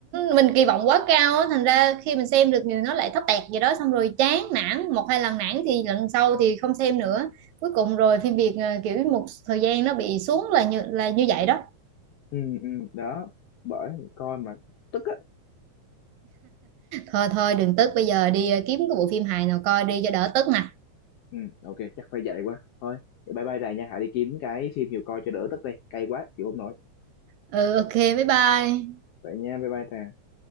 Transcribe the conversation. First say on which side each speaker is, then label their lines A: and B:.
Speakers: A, on the right; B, on the left.
A: mình kỳ vọng quá cao á, thành ra khi mình xem được nhiều nó lại thấp tẹt gì đó xong rồi chán nản một hai lần nản thì lần sau thì không xem nữa cuối cùng rồi phim Việt ờ, kiểu một thời gian nó bị xuống là như là như vậy đó
B: ừ ừ đó bởi coi mà tức á
A: thôi thôi đừng tức bây giờ đi ờ, kiếm cái bộ phim hài nào coi đi cho đỡ tức nè
B: ừ ok chắc phải vậy quá thôi vậy bye bye Trà nha hãy đi kiếm cái phim nhiều coi cho đỡ tức đi cay quá chịu không nổi
A: ừ ok bye bye
B: vậy nha bye bye Trà